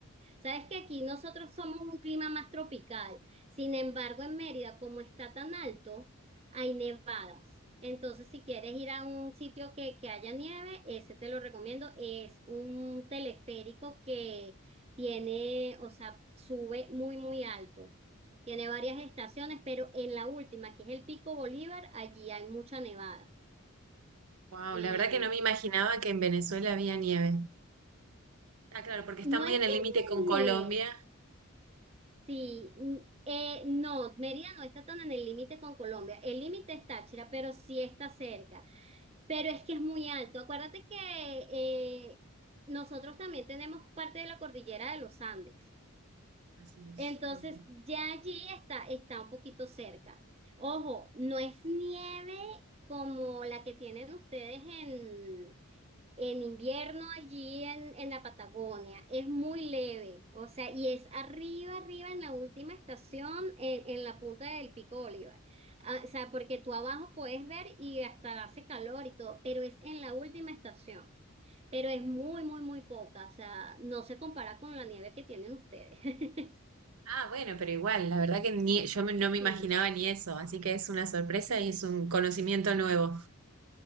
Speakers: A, on the right; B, on the right.
A: Sabes que aquí nosotros somos un clima más tropical. Sin embargo, en Mérida, como está tan alto, hay nevadas. Entonces, si quieres ir a un sitio que, que haya nieve, ese te lo recomiendo. Es un teleférico que tiene, o sea, sube muy, muy alto. Tiene varias estaciones, pero en la última, que es el Pico Bolívar, allí hay mucha nevada.
B: Wow,
A: Eh,
B: la verdad que no me imaginaba que en Venezuela había nieve. Ah, claro, porque está
A: no
B: muy
A: es
B: en
A: que
B: el
A: es
B: límite con
A: un
B: Colombia.
A: nieve. Sí, n- eh, no, Mérida no está tan en el límite con Colombia. El límite es Táchira, pero sí está cerca. Pero es que es muy alto. Acuérdate que eh, nosotros también tenemos parte de la cordillera de los Andes.
B: Así es.
A: Entonces
B: Ujú.
A: ya allí está, está un poquito cerca. Ojo, no es nieve como la que tienen ustedes en, en invierno allí en, en la Patagonia. Es muy leve, o sea, y es arriba, arriba en la última estación, en, en la punta del Pico Bolívar. Ah, o sea, porque tú abajo puedes ver y hasta hace calor y todo, pero es en la última estación. Pero es muy, muy, muy poca, o sea, no se compara con la nieve que tienen ustedes. <laughs>
B: Ah, bueno, pero igual, la verdad que ni, yo me- no me imaginaba
A: Sí,
B: ni eso, así que es una sorpresa y es un conocimiento nuevo.